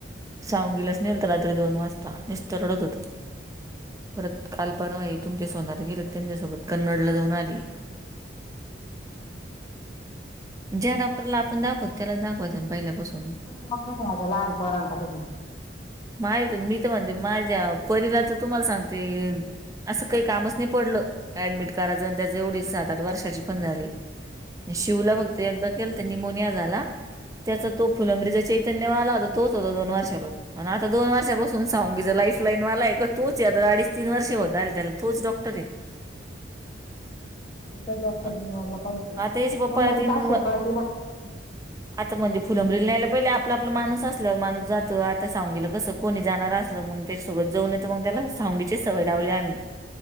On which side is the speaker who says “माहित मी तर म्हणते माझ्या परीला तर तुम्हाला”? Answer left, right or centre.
Right